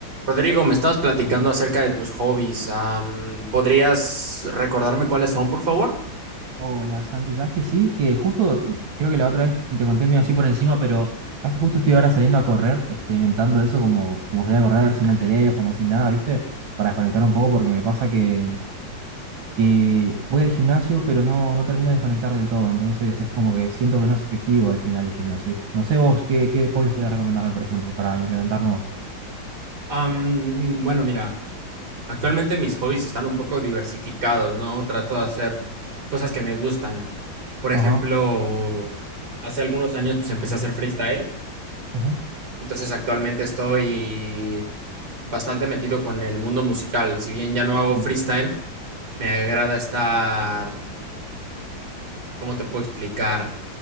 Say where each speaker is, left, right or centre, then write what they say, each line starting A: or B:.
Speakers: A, on the right (about 55°); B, on the right (about 80°).
A: Rodrigo, me estabas platicando acerca de tus hobbies. Am, ¿podrías recordarme cuáles son, por favor?
B: Hola Santi, ¿sabes que sí? Que justo, creo que la otra vez te conté medio así por encima, pero ¿sabes que justo estoy ahora saliendo a correr, experimentando eso como, como salir a correr sin el teléfono, sin nada, ¿viste? Para desconectar un poco porque me pasa que, que voy al gimnasio, pero no, no termino de desconectar del todo, entonces es como que siento que no es efectivo al final el gimnasio, ¿viste? No sé vos, ¿qué, qué hobbies podrías recomendarme, por ejemplo, para implementar nuevos?
A: Am, bueno, mira, actualmente mis hobbies están un poco diversificados, ¿no? Trato de hacer cosas que me gustan. Por ejemplo,
B: Ajá,
A: hace algunos años pues empecé a hacer freestyle,
B: ajá,
A: entonces actualmente estoy bastante metido con el mundo musical. Si bien ya no hago
B: sí,
A: freestyle, me agrada estar, ¿cómo te puedo explicar?